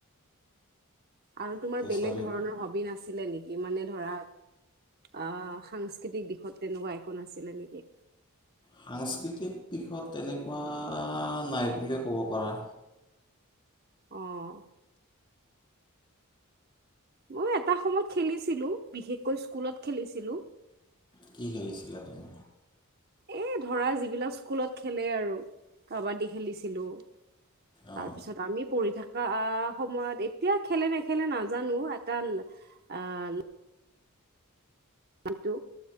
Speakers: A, on the right; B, on the left.
A: আৰু তোমাৰ
B: এতিয়া
A: বেলেগ
B: চাৰিওফাল
A: ধৰণৰ হবি নাছিলে নেকি ই মানে ধৰা আহ সাংস্কৃতিক দিশত তেনেকুৱা একো নাছিলে নেকি
B: সাংস্কৃতিক দিশত তেনেকুৱা নাই বুলিয়ে ক'ব পাৰা
A: অঁ মই এটা সময় খেলিছিলো বিশেষকৈ স্কুলত খেলিছিলো
B: কি খেলিছিল আপুনি
A: এই ধৰা যিবিলাক স্কুলত খেলে আৰু কাবাডী খেলিছিলোঁ তাৰ
B: অঁ
A: পিছত আমি পঢ়ি থাকো সময়ত এতিয়া খেলে নেখেলে নাজানো এটা আহ সটো